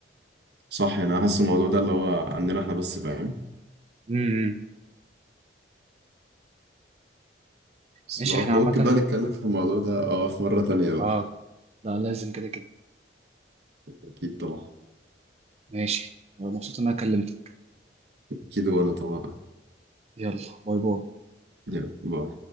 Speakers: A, on the right; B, on the right.
A: صح يعني أنا حاسس الموضوع ده اللي هو عندنا إحنا بس فاهم
B: امم
A: بس
B: ماشي
A: لو
B: احنا
A: إحنا
B: عامه
A: ممكن بقى نتكلم في الموضوع ده أه في مرة تانية بقى
B: اه لا لازم كده كده
A: أكيد طبعا
B: ماشي آه، مبسوط ان انا كلمتك
A: أكيد وأنا طبعا
B: يلا باي باي
A: يعني ما